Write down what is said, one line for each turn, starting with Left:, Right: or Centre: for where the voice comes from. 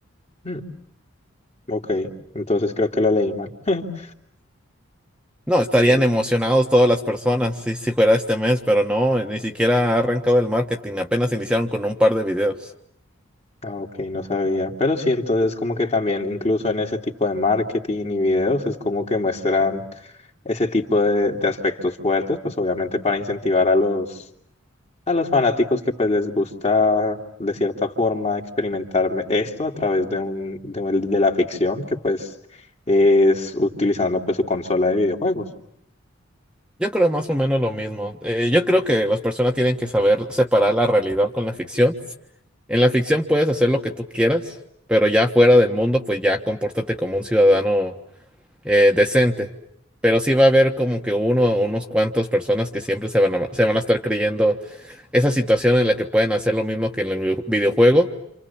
Left: Mm, ok, entonces creo que lo leí mal. <laughs>
Centre: No, estarían
Left: Eh,
Centre: emocionados todas las personas si, si fuera este mes, pero no, ni siquiera ha arrancado el marketing, apenas iniciaron con un par de videos.
Left: Ah, ok, no sabía. Pero sí, entonces como que también, incluso en ese tipo de marketing y videos, es como que muestran ese tipo de, de aspectos fuertes, pues obviamente para incentivar a los, a los fanáticos que pues les gusta de cierta forma experimentar me- esto a través de un, de, un- de la ficción, que pues es utilizando pues su consola de videojuegos.
Centre: Yo creo más o menos lo mismo. Eh, yo creo que las personas tienen que saber separar la realidad con la ficción. En la ficción puedes hacer lo que tú quieras, pero ya fuera del mundo, pues ya compórtate como un ciudadano eh, decente. Pero sí va a haber como que uno o unos cuantos personas que siempre se van a, se van a estar creyendo esa situación en la que pueden hacer lo mismo que en el vi- videojuego,